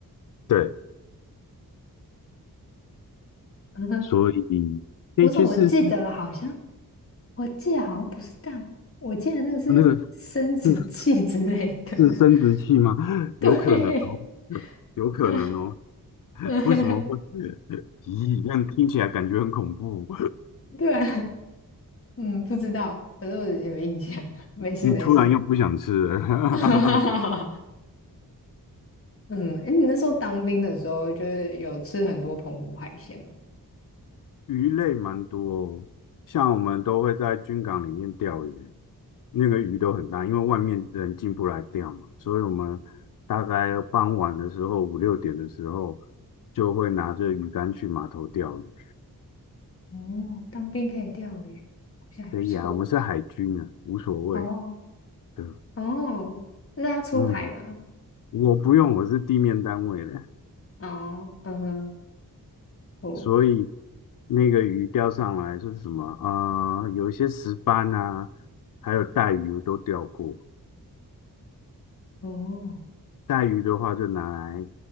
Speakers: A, on the left (about 60°); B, on the left (about 35°).
A: 对，
B: <laughs>
A: 所以可以去试试
B: 我怎么记得好像我记得好像不是蛋黄，我记得那个是生殖器之类的。
A: 那个，是。
B: <laughs>
A: 是生殖器吗？<laughs>
B: 对，
A: 有可能哦，有可能哦。
B: 啊，
A: <laughs>
B: 嗯，
A: 为什么会？咦，这样听起来感觉很恐怖。
B: 对啊，嗯，不知道，反正我有印象。没事没事。
A: 你突然又不想吃了。
B: <laughs>
A: <laughs>
B: 嗯，哎，你那时候当兵的时候，就是有吃很多澎湖海鲜吗？
A: 鱼类蛮多哦，像我们都会在军港里面钓鱼，那个鱼都很大，因为外面人进不来钓嘛，所以我们大概傍晚的时候，五六点的时候，就会拿着鱼竿去码头钓鱼。
B: 哦，当兵可以钓鱼，好像还不错。
A: 可以啊，我们是海军啊，无所谓。
B: 哦
A: 对，
B: 哦，那要出海吗？
A: 嗯，我不用，我是地面单位的，
B: 哦，嗯哼，哦
A: 所以那个鱼钓上来说是什么？啊，有一些石斑啊，还有带鱼我都钓过。
B: 哦，
A: 带鱼的话就拿来